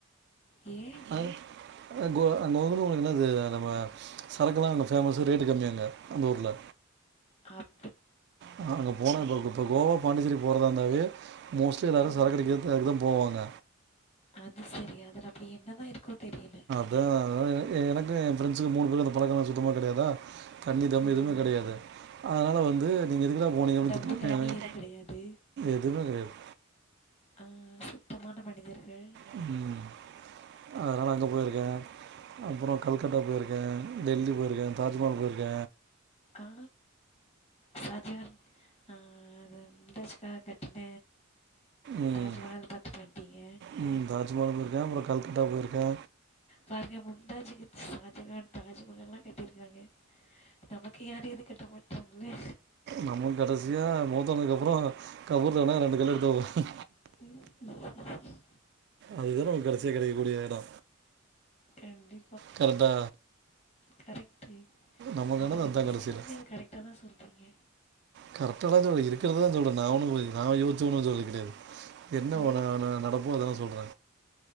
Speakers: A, on the left; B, on the right.
A: ஏ
B: அது கோ கோவா பத்தி உனக்கு என்ன தெரியு நம்ம சரக்குல்லா அங்க ஃபேமஸ்சு ரேட்டு கம்மி அங்க அந்த ஊர்ல
A: அப்
B: ஆ அங்கே போன இப்ப இப்ப கோவா பாண்டிச்சேரி போறதா இருந்தாவே மோஸ்ட்லி எல்லாரு
A: ம்.
B: சரக்கடிக்கறதுக்கு அதுக்கு தா போவாங்க
A: அது செரி அதில அப்டி என்ன தா இருக்கோ தெரியல
B: அதா அதா எ எனக்கு எயா ஃப்ரெண்ட்ஸ்சுக்கு மூணு பேருக்கு அந்த பழக்கல்லா சுத்தமா கடையாதா தண்ணி தம்மு
A: ஆஹா!
B: எதுவுமே கடையாது அதனால வந்து நீங்க எதுக்குடா போனிங்க அப்டின்
A: டம்பு
B: திட்டுவானுங்க
A: தண்ணி எதுவும் கிடையாது.
B: எதுமே கடையாது
A: ஆ சுத்தமான மனிதர்கள்
B: ம் அதனால அங்க போயிருக்கே அப்றோ கல்கட்டா போயிருக்க டெல்லி போயிருக்க தாஜ்மஹால் போயிருக்க
A: ஆ ஷாஜகான் ஆ அது மும்தாஜ்காக கட்ன
B: ம்.
A: தாஜ்மஹால் பாத்துட்டு வந்டீங்க
B: ம் தாஜ்மகால் போயிருக்கே அப்றோ கல்கட்டா போயிருக்க
A: பாருங்க மும்தாஜிக்கு ஷாஜகான் தாஜ்மஹால்லா கட்டிருக்காங்க நமக்கு யாரு எதுவு கட்ட மாட்றாங்ளே
B: நம்முக்கு கடைசியா மூத்தவனுக்கு அப்றோ கபுர்தானா ரெண்டு கல்லு எடுத்து வெப்போ
A: உ
B: அதுதா நமகு கடைசியா கடைக்க கூடிய எடோ
A: எம் டி
B: கரெக்டா
A: கரெக்ட்டு
B: நமக்கானது
A: நீங்க எது
B: அதான்
A: என்ன
B: கடைசியில.
A: சொன்னாலுமே அது கரெக்டா தா சொல்றீங்க
B: கரெக்டா தா சொல்ற இருக்கற தா சொல்ற நா ஒன்னு யோசிச்சி ஒன்னு சொல்ல கெடையாது என்ன
A: ஆ
B: ஒனா நா நடப்போ அத தா சொல்ற